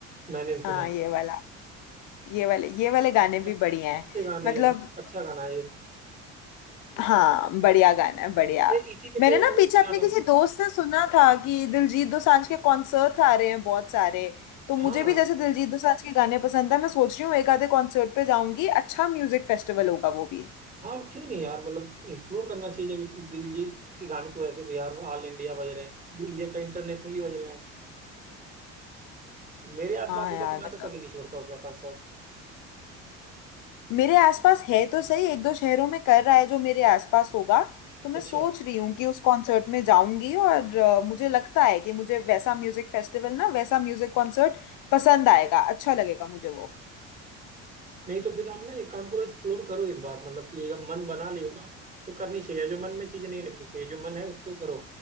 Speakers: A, on the right (about 25°); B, on the left (about 65°).
A: मैंने भी सुना
B: हाँ
A: है
B: ये वाला ये वाले ये वाले गाने
A: अच्छा
B: भी बढ़िया
A: अच्छे
B: हैं
A: गाने
B: मतलब
A: हैं, अच्छा गाना है ये
B: हाँ बढ़िया गाना है बढ़िया
A: अरे इसी में
B: मैंने
A: तो एक
B: ना
A: वो
B: पीछे
A: क्या
B: अपने किसी
A: नाम है
B: दोस्त से सुना था कि दिलजीत दोसांझ के कॉन्सर्ट्स आ रहे हैं बहुत सारे तो
A: हाँ
B: मुझे भी जैसे दिलजीत दोसांझ के गाने पसंद है मैं सोच रही हूँ एक आधे कॉन्सर्ट पे जाऊंगी अच्छा म्यूजिक फेस्टिवल होगा वो भी
A: हाँ क्यों नहीं यार मतलब एक्सप्लोर करना चाहिए जब दिलजीत के गाने तो वैसे भी यार ऑल इंडिया बज रहे हैं इंडिया का इंटरनेशनली बज रहे हैं मेरे आसपास
B: हाँ
A: होता
B: यार
A: तो मैं
B: मतलब
A: तो कभी नहीं छोड़ता उसका कंसर्ट
B: मेरे आसपास है तो सही एक दो शहरों में कर रहा है जो मेरे आसपास होगा तो मैं
A: अच्छा
B: सोच रही हूँ कि उस कॉन्सर्ट में जाऊंगी और अ, मुझे लगता है कि मुझे वैसा म्यूजिक फेस्टिवल ना वैसा म्यूजिक कॉन्सर्ट पसंद आएगा अच्छा लगेगा मुझे वो
A: नहीं तो फिर आप ना एक काम करो एक्सप्लोर करो इस बार मतलब कि जब मन बना लियो ना तो करनी चाहिए जो मन में चीजें नहीं रखनी चाहिए जो मन है उसको करो